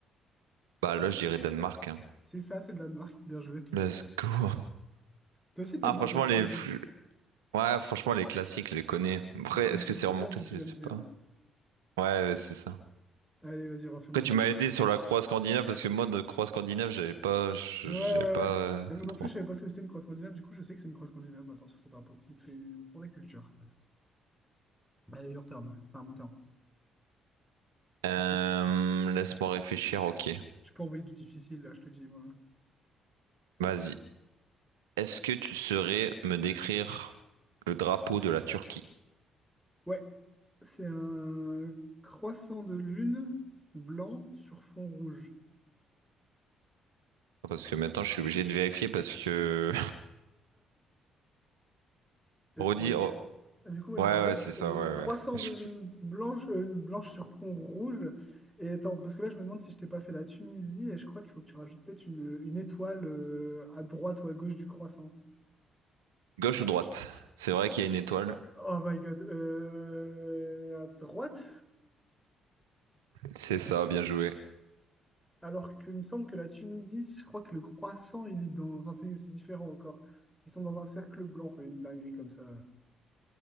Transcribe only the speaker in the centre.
C'est ça, c'est le Danemark. Bien joué.
Toi aussi, t'es
bon,
toi aussi,
t'es bon.
C'est
c'est
du-
c'est
dur
de visualiser,
hein.
Allez, vas-y, refais-moi
une... une-
Ouais, ouais,
ouais.
Mais moi non
plus, je savais pas ce que c'était une croix scandinave. Du coup, je sais que c'est une croix scandinave maintenant sur ce drapeau. Donc, c'est pour la culture. Allez, your turn. Enfin, mon turn.
Qu'est-ce que...
Je peux envoyer du difficile, là, je te dis, moi.
Ouais, c'est un croissant de lune blanc sur fond rouge.
Et
c'est-
Du coup, moi,
je disais
euh,
croissant
de lune blanche, euh, blanche sur fond rouge. Et attends, parce que là, je me demande si je t'ai pas fait la Tunisie. Et je crois qu'il faut que tu rajoutes peut-être une, une étoile euh, à droite ou à gauche du croissant.
Oh my God. Euh, à droite,
alors qu'il me semble que la Tunisie, je crois que le croissant, il est dans. Enfin, c'est c'est différent encore. Ils sont dans un cercle blanc, enfin, une dinguerie comme ça.